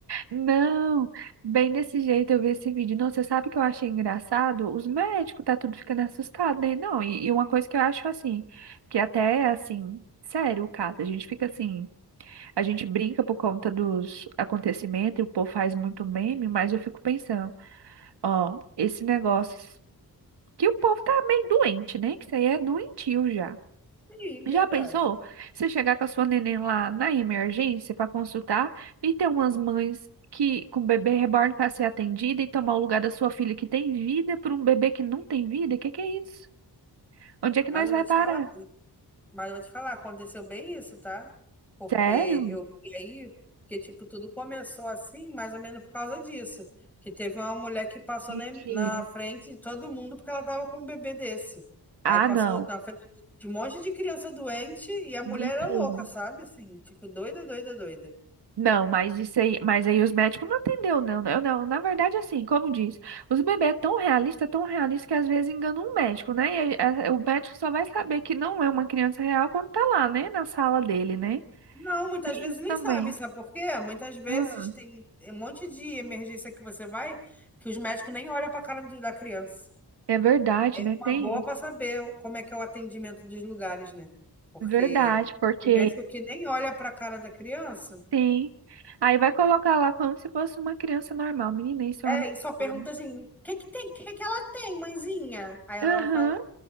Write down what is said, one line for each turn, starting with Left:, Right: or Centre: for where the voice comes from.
Right: Não, bem desse jeito eu vi esse vídeo. Não, você sabe o que eu achei engraçado? Os médicos tá tudo ficando assustado, né? Não, e, e uma coisa que eu acho assim, que até é, assim, sério o caso, a gente fica assim, a gente brinca por conta dos acontecimentos e o povo faz muito meme, mas eu fico pensando. Ó, esse negócio que o povo tá meio doente, né? Que isso aí é doentio já.
Centre: Sim,
Right: Já
Centre: verdade.
Right: pensou? Você chegar com a sua neném lá na emergência para consultar e ter umas mães que com bebê reborn para ser atendida e tomar o lugar da sua filha que tem vida por um bebê que não tem vida? Que que é isso? Onde é que
Centre: Mas
Right: nós
Centre: eu
Right: vai
Centre: vou te
Right: parar?
Centre: falar. Mas eu vou te falar, aconteceu bem isso, tá? Porque
Right: Sério?
Centre: eu e aí, que tipo, tudo começou assim, mais ou menos por causa disso. Que teve uma mulher que passou
Right: Mentira.
Centre: na, na frente de todo mundo porque ela tava com um bebê desse. Aí
Right: Ah,
Centre: passou
Right: não.
Centre: na frente de um monte de criança doente e a mulher
Right: Mentira.
Centre: era louca, sabe? Assim, tipo, doida, doida, doida.
Right: Não, mas isso aí, mas aí os médicos não atendeu, não. né? Eu não, na verdade, assim, como diz, os bebês é tão realista, tão realista que às vezes engana um médico, né? E aí, a- o médico só vai saber que não é uma criança real quando tá lá, né? Na sala dele, né?
Centre: Não, muitas
Right: Tem
Centre: vezes
Right: isso
Centre: nem
Right: também.
Centre: sabe, sabe por quê? Muitas vezes
Right: Ah,
Centre: tem um monte de emergência que você vai que os médicos nem olham para a cara do- da criança.
Right: é verdade,
Centre: É
Right: né?
Centre: uma
Right: Tem
Centre: boa
Right: isso.
Centre: para saber como é que é o atendimento dos lugares, né? Porque
Right: É Verdade, porque
Centre: tem médico que nem olha para a cara da criança,
Right: sim. Aí vai colocar lá como se fosse uma criança normal. Menina, isso
Centre: é,
Right: é um absurdo.
Centre: e só pergunta assim: o que que tem? O que que ela tem, mãezinha? Aí ela
Right: Aham,
Centre: vai falar: